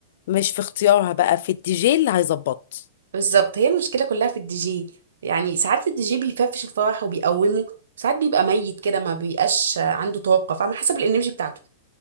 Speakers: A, on the left; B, on the right.
A: مش في اختيارها بقى في الدي جي اللي هيظبط
B: بالظبط هي المشكله كلها في الدي جي يعني ساعات الدي جي بيفرفش الفرح وبيقومه ساعات بيبقى ميت كده ما بيبقاش عنده طاقه فاهمه حسب الانرجي بتاعته